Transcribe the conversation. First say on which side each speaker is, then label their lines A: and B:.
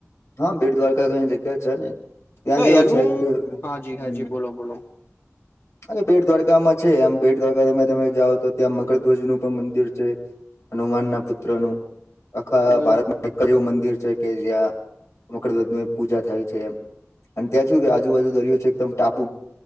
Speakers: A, on the left; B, on the left.
A: હા બેટ દ્વારકા તો એની જગ્યા છે ને ત્યાં
B: તો
A: કેવું
B: એનું,
A: છે કે
B: હા જી,
A: હમ
B: હા જી, બોલો બોલો.
A: અરે બેટ દ્વારકામાં છે આમ બેટ દ્વારકા તમે જાઓ તો ત્યાં મકરધ્વજ નું પણ મંદિર છે. હનુમાન ના પુત્ર નું આખા
B: ઓ
A: ભારત એક જ એવું મંદિર છે કે જ્યાં મકરધજની પૂજા થાય છે એમ અને ત્યાં સુું કે આજુબાજુ દરિયો છે એકદમ ટા